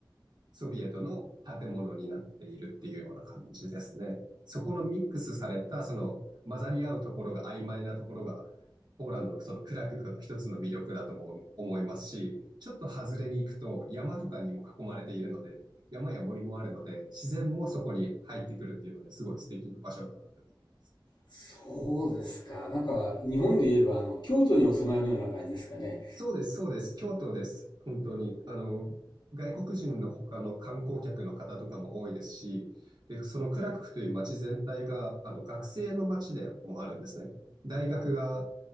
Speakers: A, on the right; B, on the left.
A: ソビエトの建物になっているっていうような感じですね。そこのミックスされた、その混ざり合うところが曖昧なところが、ポーランドのそのクラクフの一つの魅力だとも思いますし、ちょっと外れに行くと山とかにも囲まれているので、山や森もあるので、自然もそこに入ってくるっていうのですごい素敵な場所だなって思ってます。
B: そうですか。なんか、日本で言えば、あの、京都にお住まいのような感じですかね。
A: そうです、そうです。京都です。本当に。あの、外国人の他の観光客の方とかも多いですし、で、そのクラクフという街全体が、あの、学生の街でもあるんですね。大学が